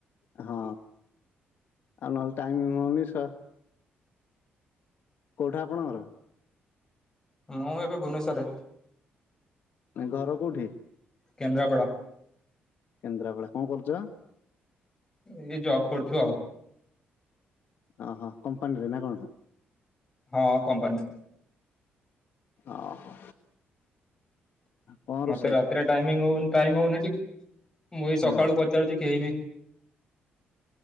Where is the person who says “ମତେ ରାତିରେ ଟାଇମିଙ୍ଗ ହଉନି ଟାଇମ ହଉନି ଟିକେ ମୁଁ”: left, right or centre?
Left